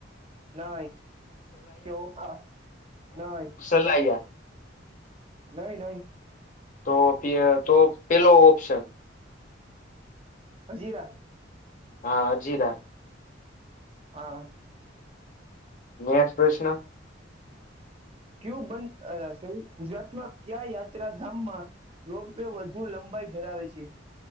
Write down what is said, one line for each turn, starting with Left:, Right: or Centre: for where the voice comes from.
Right: નય. ઓખા કે નઈ.
Left: સેલિયા.
Right: નહી નહી.
Left: તો તો પેલો ઓપ્શન.
Right: હજીરા.
Left: હા અજીરા.
Right: હા.
Left: નેક્સ્ટ પ્રશ્ન.
Right: કયુ બંધશે ગુજરાતમાં ક્યા યાત્રાધામમાં રોપ વે વધુ લંબાઈ ધરાવે છે?